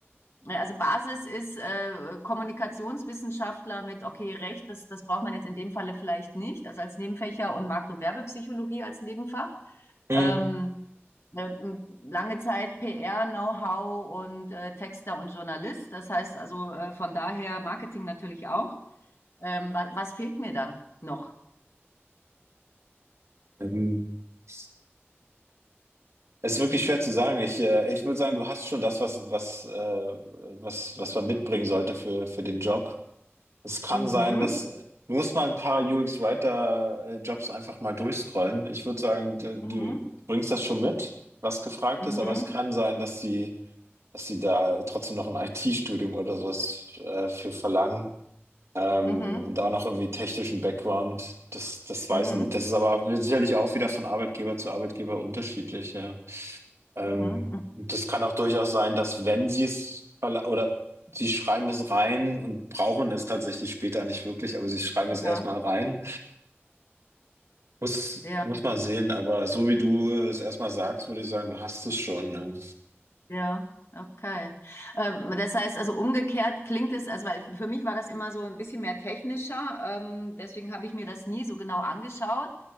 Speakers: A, on the left; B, on the right.
A: Ne, Also Basis ist äh, Kommunikationswissenschaftler mit, okay, Recht, das, das braucht man jetzt in dem Falle vielleicht nicht, also als Nebenfächer und Markt- und Werbepsychologie als Nebenfach.
B: hm,
A: Ähm, äh, lange Zeit PR-Know-how und äh, Texter und Journalist. Das heißt also äh, von daher Marketing natürlich auch. Ähm, wa was fehlt mir da noch?
B: ähm, es ist wirklich schwer zu sagen. Ich, äh, ich würde sagen, du hast schon das, was, was, äh, was, was man mitbringen sollte für, für den Job. Es kann
A: Mhm.
B: sein, dass äh, du musst mal ein paar UX-Writer-Jobs einfach mal durchscrollen. Ich würde sagen, du
A: Mhm.
B: du bringst das schon mit, was gefragt
A: Mhm.
B: ist, aber es kann sein, dass sie, dass sie da trotzdem noch ein <laughs> IT-Studium oder sowas äh, für verlangen. Ähm,
A: Mhm.
B: und auch noch irgendwie technischen Background, das, das weiß
A: Mhm.
B: ich nicht. Das ist aber sicherlich auch wieder von Arbeitgeber zu Arbeitgeber unterschiedlich, ja. Ähm,
A: Mhm. Mhm. Mhm.
B: und das kann auch durchaus sein, dass wenn sie es verla- oder sie schreiben es rein und brauchen es tatsächlich später nicht wirklich, aber sie schreiben es
A: Ja.
B: erstmal rein. Muss,
A: Ja.
B: muss man sehen, aber so wie du es erstmal sagst, würde ich sagen, du hast es schon. Ne?
A: Ja, okay. Ähm, das heißt also umgekehrt klingt es, also weil für mich war das immer so ein bisschen mehr technischer, ähm, deswegen habe ich mir das nie so genau angeschaut.